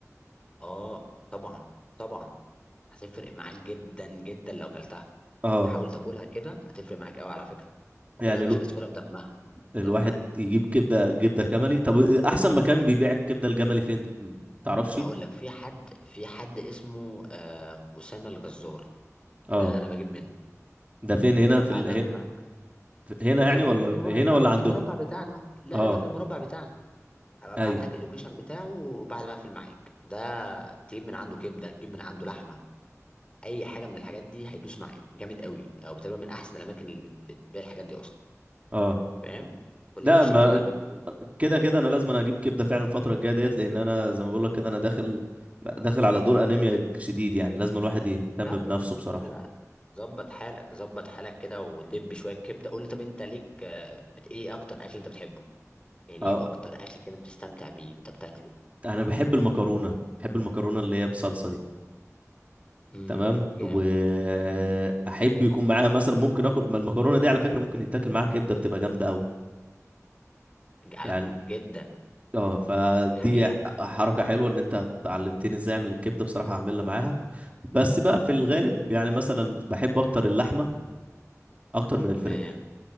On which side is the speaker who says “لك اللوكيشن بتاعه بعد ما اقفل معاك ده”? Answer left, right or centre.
Left